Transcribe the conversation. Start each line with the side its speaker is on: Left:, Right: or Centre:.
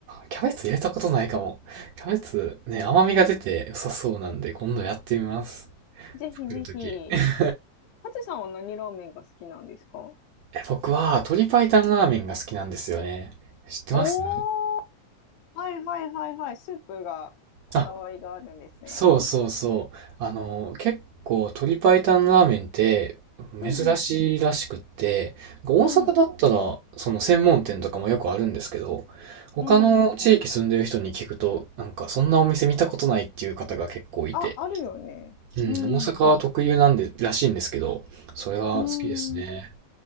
Right: キャベツ入れたことないかも。キャベツね、甘みが出て良さそうなんで、今度やってみます。
Left: ぜひぜひ。
Right: 作るとき。<laughs>
Left: ハチさんは何ラーメンが好きなんですか
Right: え僕は鶏白湯ラーメンが好きなんですよね。知ってます
Left: おー、はいはいはいはい。スープがこだわりがあるんですね。
Right: あ、そうそうそう。あの、結構鶏白湯ラーメンって珍しいらしくって、
Left: うんうん、
Right: 大阪だったらその専門店とかもよくあるんですけど、
Left: う
Right: 他の地域住んでる人に聞くと、
Left: ん、うん、
Right: なんかそんなお店見たことないっていう方が結構いて、
Left: あ、あるよね。
Right: うん、
Left: うん、
Right: 大阪は特有なんで、
Left: う
Right: らしいんですけど、それは好きですね。
Left: ん。